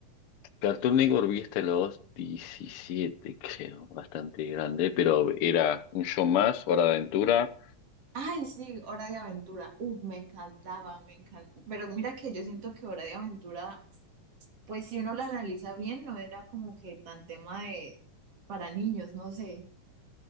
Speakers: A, on the left (about 65°); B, on the right (about 45°).
A: Cartoon Network vi hasta los 17, creo, bastante grande, pero era un show más, Hora de Aventura.
B: Ay, sí, Hora de Aventura. Uf, me encantaba, me encantaba. Pero mira que yo siento que Hora de Aventura, pues si uno la analiza bien, no era como que tan tema de para niños, no sé.